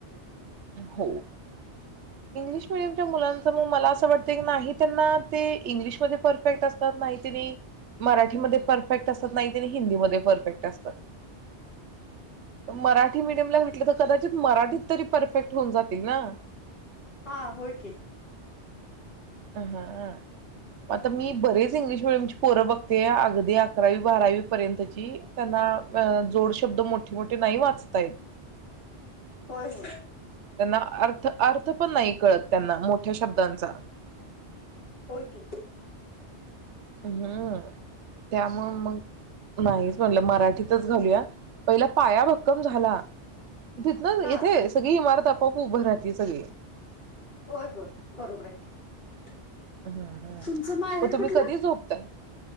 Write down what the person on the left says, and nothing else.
हा
हा होय की
होय होय
होय की
हा
होय होय बरोबर आहे की
तुमचं माहेर
कुठलं